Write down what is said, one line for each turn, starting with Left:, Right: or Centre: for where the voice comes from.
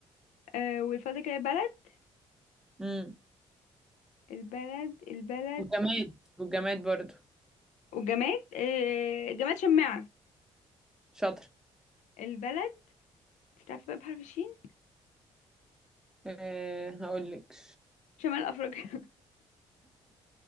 Left: آه والفاضل كده بلد
Centre: امم
Left: البلد البلد
Centre: والجماد والجماد برضو
Left: وجماد آه جماد شماعة
Centre: شاطرة
Left: البلد تعرف بقى بحرف الشين
Centre: أه هقول لك
Left: شمال أفريقيا